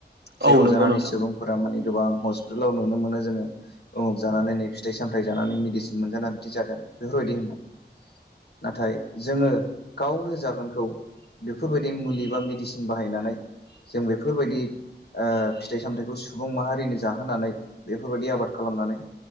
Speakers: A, on the left; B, on the right.
A: जायखौ
B: औ नंगौ
A: जानानै
B: नोंथां
A: सुबुंफोरा माने गोबां हस्पितालाव नुनो मोनो जोङो। उमुक जानानै नै फिथाइ सामथायाइ जानानै मेडिसिन मोनजाना बिदि जादों बेफोरबायदि होननाय। नाथाय जोङो गावनो जागोन खौ बेफोरबायदि मुलि बा मेडिसिन बाहायनानै जों बेफोरबायदि ओ फिथाइ सामथायाइखौ सुबुं माहारिनो जाहोनानै बेफोरबायदि आबाद खालामनानै